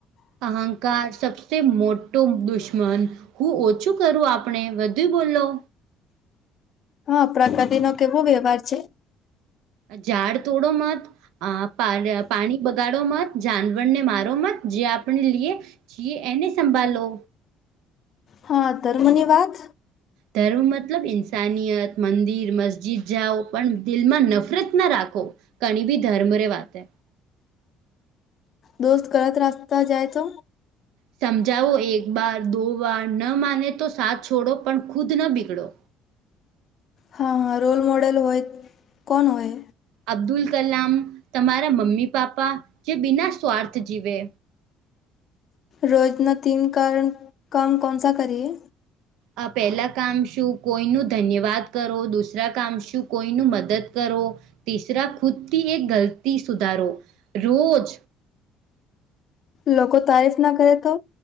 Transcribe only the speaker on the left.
હા પ્રકૃતિ નો કેવો વ્યવહાર છે.
હા ઘમૅ ની વાત.
દોસ્ત ગલત રસ્તા જાય તો.
હા હા રોલ મોડલ હોય કોણ હોય.
રોજના તિન કરણ કામ કોનસા કરીએ.
લોકો તારીફ ના કરે તો.